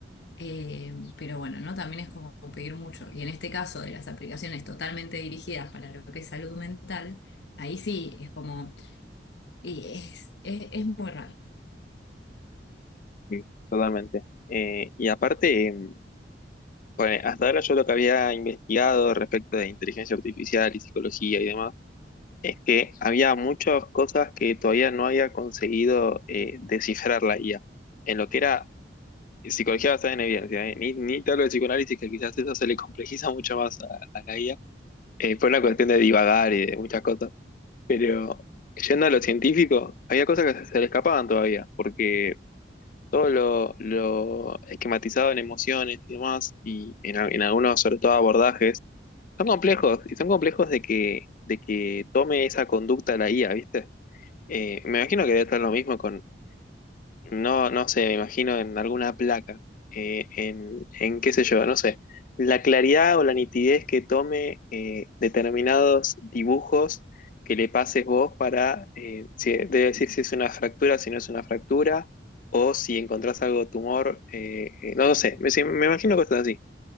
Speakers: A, on the left; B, on the left.
A: eh, pero bueno, ¿no? También es como pedir mucho. Y en este caso de las aplicaciones totalmente dirigidas para lo que es salud mental, ahí sí es como, y es, es, es muy raro.
B: Sí, Totalmente. Eh, y aparte, em, bueno, hasta ahora yo lo que había investigado respecto de inteligencia artificial y psicología y demás, es que había muchas cosas que todavía no había conseguido eh, descifrar la IA. En lo que era psicología basada en evidencia, eh, Ni, ni te hablo de psicoanálisis, que quizás eso se le complejiza mucho más a, a la IA. Eh, fue una cuestión de divagar y de muchas cosas. Pero yendo a lo científico, había cosas que se le escapaban todavía, porque todo lo, lo esquematizado en emociones y demás, y en, a- en algunos, sobre todo, abordajes, son complejos, y son complejos de que, de que tome esa conducta la IA, ¿viste? Eh, me imagino que debe estar lo mismo con, no, no sé, me imagino en alguna placa, eh, en, en qué sé yo, no sé, la claridad o la nitidez que tome eh, determinados dibujos que le pases vos para, eh, si- debe decir si es una fractura, si no es una fractura, o si encontrás algo de tumor, eh, eh, no lo sé, me, sí, me imagino cosas así.